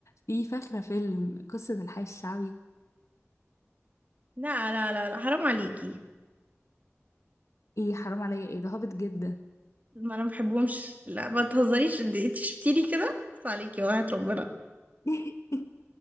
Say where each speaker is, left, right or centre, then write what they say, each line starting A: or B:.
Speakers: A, on the left; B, on the right.
A: في فاكره فيلم قصه الحي الشعبي
B: لا لا لا لا حرام عليكي
A: ايه حرام عليا ايه ده هابط جدا
B: ما انا ما بحبهمش لا ما تهزريش انت انت شفتيني كده خلاص عليكي وقعت ربنا
A: <laughs>